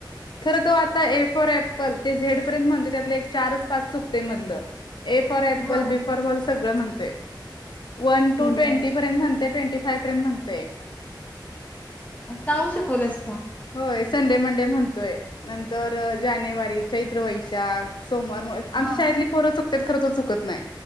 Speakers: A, on the left; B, on the left.
A: खरं तो आता A for apple J Z पर्यंत म्हणतो त्यातलं एक चारच पाच चुकतंय मधलं. ए फॉर ऍप्पल
B: बर
A: बी फॉर बॉल सगळं म्हणतोय. वन टू ट्वेंटी
B: बर
A: पर्यंत म्हणते ट्वेंटी फाय पर्यंत म्हणते.
B: ताग शकलेस की.
A: होय संडे मंडे म्हणतोय नंतर जानेवारी चैत्र वैशाख सोमवार आमच्या
B: हा
A: शाळेतली पोरं चुकतात खरं तर चुकत नाही